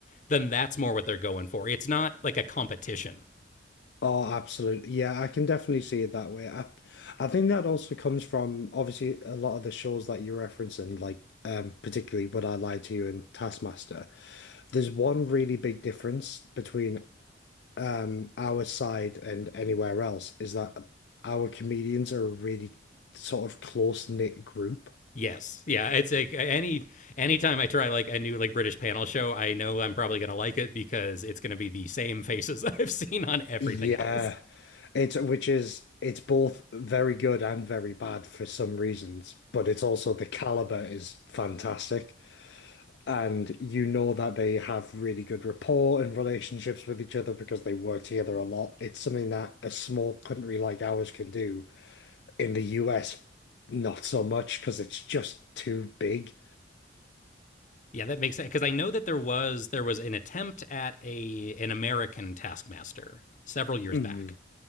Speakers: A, on the left; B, on the left.
A: then that's more what they're going for. It's not like a competition
B: Oh, absolutely. Yeah, I can definitely see it that way. I, I think that also comes from obviously a lot of the shows that you're referencing, like um, particularly Would I Lie to You and Taskmaster. There's one really big difference between um, our side and anywhere else is that our comedians are a really sort of close-knit group.
A: Yes. Yeah. It's like any anytime I try like a new like British panel show, I know I'm probably gonna like it because it's gonna be the same faces <laughs> that I've seen on everything
B: Yeah,
A: else.
B: it's which is it's both very good and very bad for some reasons, but it's also the caliber is fantastic. And you know that they have really good rapport and relationships with each other because they work together a lot. It's something that a small country like ours can do. In the US, not so much because it's just too big.
A: Yeah, that makes sense because I know that there was there was an attempt at a an American Taskmaster several years
B: Mm.
A: back,